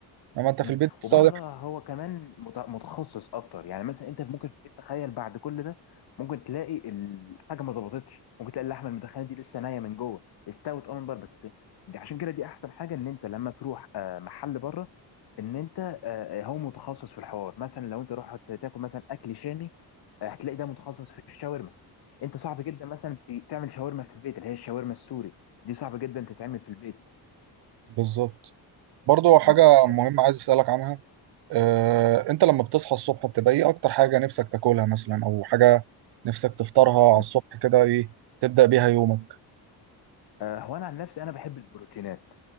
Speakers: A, on the right; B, on the left.
A: لما انت
B: مم.
A: في البيت بتستخدم
B: وبره هو كمان مت- متخصص اكتر يعني مثلا انت ممكن في البيت تخيل بعد كل ده ممكن تلاقي الحاجه ما ظبطتش ممكن تلاقي اللحمه المدخنه دي لسه نيه من جوه استوت اه من بره بس دي عشان كده دي احسن حاجه ان انت لما تروح آه، محل بره ان انت آه، آه، هو متخصص في الحوار مثلا لو انت رحت تاكل مثلا اكل شامي آه، هتلاقي ده متخصص في الشاورما انت صعب جدا مثلا ت- تعمل شاورما في البيت اللي هي الشاورما السوري دي صعب جدا تتعمل في البيت
A: بالظبط برضو حاجة
B: مم. يعني-
A: مهمة عايز اسألك عنها اه انت لما بتصحى الصبح بتبقى ايه اكتر حاجة نفسك تاكلها مثلا او حاجة نفسك تفطرها على
B: مم.
A: الصبح كده ايه تبدأ بيها يومك
B: آه، هو انا عن نفسي انا بحب البروتينات